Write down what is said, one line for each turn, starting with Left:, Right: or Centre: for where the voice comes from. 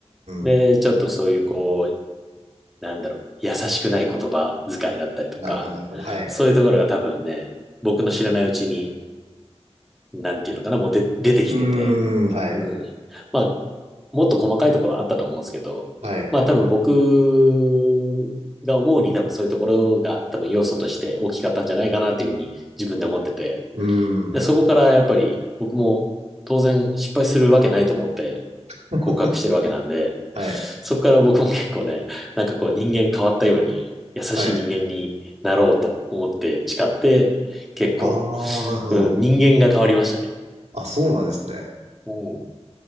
Centre: で、
Right: ん。
Centre: ちょっとそういうこう、なんだろう、優しくない言葉遣いだったりとか、
Right: なるほど、なるほど。はい。
Centre: そういうところが多分ね、僕の知らないうちに、なんていうのかな、もうで出てきてて、
Right: うーん。はい。
Centre: うん。まあ、もっと細かいところはあったと思うんですけど、
Right: はい。
Centre: まあ多分僕が思うに多分そういうところが多分要素として大きかったんじゃないかなっていうふうに自分で思ってて、
Right: うー
Centre: で、
Right: ん。
Centre: そこからやっぱり僕も当然失敗するわけないと思って
Right: <laughs>
Centre: 告白してるわけなんで、
Right: はい。
Centre: そこから僕も結構ね、なんかこう人間変わったように優しい人間になろうと思って誓って、
Right: はい。
Centre: 結構、
Right: ああ、なるほど。
Centre: うん、人間が変わりましたね。
Right: あ、そうなんですね。
Centre: おう。